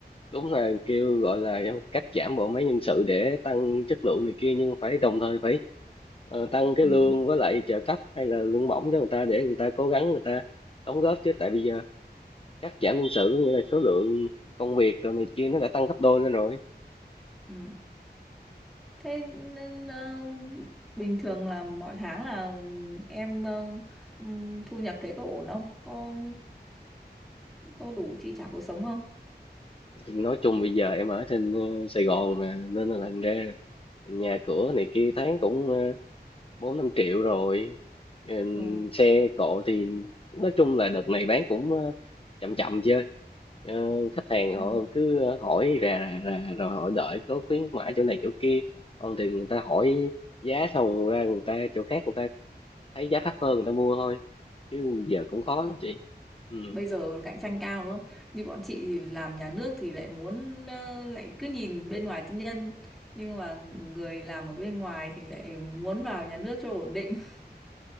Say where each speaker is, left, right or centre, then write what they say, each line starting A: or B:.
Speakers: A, on the left; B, in the centre.
A: đúng là kêu gọi là cắt giảm bộ máy nhân sự để tăng chất lượng này kia nhưng phải đồng thời phải ờ, tăng cái
B: Ừ.
A: lương với lại trợ cấp hay là lương bổng cho người ta để người ta cố gắng người ta đóng góp chứ tại bây giờ cắt giảm nhân sự có nghĩa là số lượng công việc rồi này kia nó đã tăng gấp đôi lên rồi
B: Ừ. Thế nên, ờ, bình thường là mỗi tháng là em ờ, ừm, thu nhập thế có ổn không? Có có đủ chi trả cuộc sống không?
A: thì nói chung bây giờ em ở trên ờ, Sài Gòn mà nên là thành ra nhà cửa này kia thấy cũng ờ, bốn năm triệu rồi Ừm,
B: Ừ.
A: xe cộ thì nói chung là đợt này bán cũng ờ, chậm chậm chơi Ờ, khách hàng
B: Đúng
A: họ
B: rồi.
A: cứ hỏi rà rà rà rồi họ đợi có khuyến mãi chỗ này chỗ kia còn thì người ta hỏi giá xong ra người ta chỗ khác người ta thấy giá thấp hơn người ta mua thôi chứ giờ cũng khó
B: Ừ.
A: lắm chị ừ,
B: Bây giờ cạnh tranh cao đúng không? Như bọn chị thì làm nhà nước thì lại muốn ờ, lại cứ nhìn bên ngoài tư nhân nhưng mà người làm ở bên ngoài thì lại muốn vào nhà nước cho ổn định <laughs>